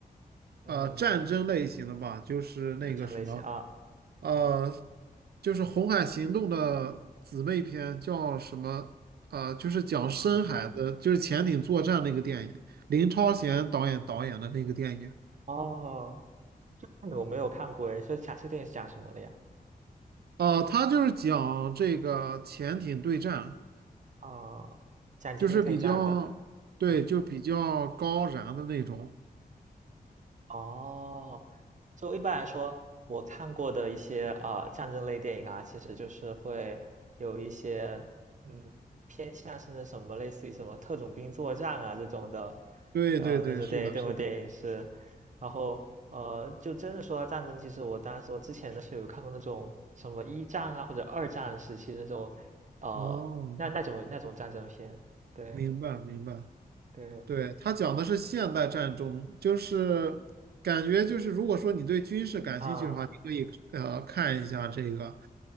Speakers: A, on the right; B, on the right.
A: 嗯，
B: 呃战争类型的吧，就是那个什么，
A: 战争类型啊，
B: 呃。
A: 嗯
B: 就是《红海行动》的姊妹篇，叫什么？啊、就是讲深海的，
A: 啊，
B: 就是潜艇作战那个电影，林超贤导演导演的那个电影。
A: 哦，那个我没有看过诶，是讲这个电影是讲什么的呀？
B: 啊、他就是讲这个潜艇对战，
A: 哦，讲经济对战的，
B: 就是比较，对，
A: 嗯。
B: 就比较高燃的那种。
A: 哦，就一般来说，我看过的一些啊战争类电影啊，其实就是会有一些嗯偏向是那什么，类似于什么特种兵作战啊这种的，
B: 对对对，
A: 呃，那是对这部电影是，
B: 是的，是的。
A: 然后呃，就真的说到战争，其实我当时我之前的时候有看过那种什么一战啊或者二战时期的那种，呃，
B: 哦，
A: 那那种那种战争片，对
B: 明白明白。
A: 对
B: 对，他讲的是现代战争，就是感觉就是，如果说你对军事感兴趣的话，
A: 啊
B: 你可以呃看一下这个。